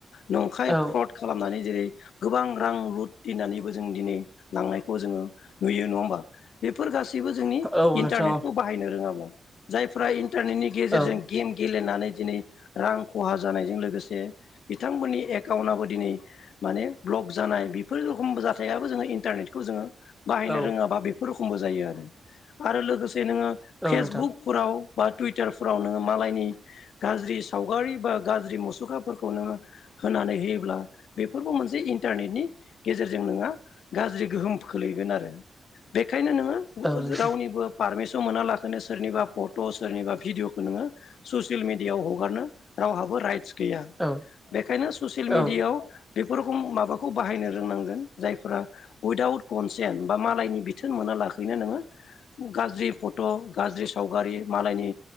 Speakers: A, on the left (about 80°); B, in the centre.
A: नंखाय
B: औ
A: फ्रद खालामनानै जेरै गोबां रां लुथिनानै जों दिनै लांनायखौ जोङो नुयो नङा होमबा? बेफोर गासै बो जोंनि
B: औ
A: इन्टारनेटखौ
B: नोंथां
A: रोङाब्ला जायफ्रा इानटारनेटनि गेजेरजों
B: औ
A: गेम गेले दिनै रां खहा जानायजों लोगोसे बिथांमोननि एकाउन्टआबो दिनै ब्लग जानाय बिफोर रखमबो जादों जो इन्टारनेटखौ जोङो बाहायनो
B: औ
A: रोङाबा बेफोर रखमबो जायो आरो। आरो लोगो जे नोङो
B: औ
A: फेसबुकफोराव
B: नोंथां
A: बा टुइटारफोराव नोङो मालायनि गाज्रि सावगारि बा गाज्रि मुसुखाफोरखौ नोङो होनानै होयोब्ला बेफोरखौ मोनसे इन्टारनेटनि गेजेरजों नोंहा गाज्रि गोहोम खोलैगोन आरो बेनिखायनो नोङो
B: औ नोंथां
A: रावनिबो पारमिसन मोनालासैनो सोरनिबा फट' सोरनिबा भिडिअखौ नोङो ससियेल मिडियाआव हगारनो रावहाबो राइट्स गैया
B: औ
A: बेखायनो ससियेल मेडियाआव
B: औ
A: बेफोरखौ माबाखौ बाहायनो रोंनांगोन। जायफोरा उइदाउट कनसेन्ट बा मालायनि बिथोन मोना लाखैनो नोङो गाज्रि फट' गाज्रि सावगारि मालायनि